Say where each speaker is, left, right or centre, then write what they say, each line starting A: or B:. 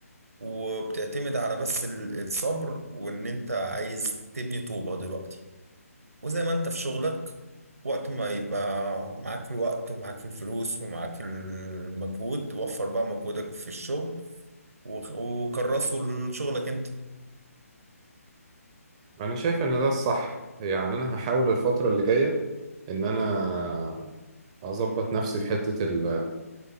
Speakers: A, on the right; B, on the right.
A: وبتعتمد على بس ال- الصبر وان انت عايز تبني طوبة دلوقتي وزي ما انت في شغلك وقت ما يبقى معاك الوقت ومعاك الفلوس ومعاك المجهود وفر بقى مجهودك في الشغل وخ- وكرسه لشغلك انت
B: انا شايف ان ده الصح يعني انا هحاول الفتره اللي جايه ان انا اظبط نفسي في حته ال...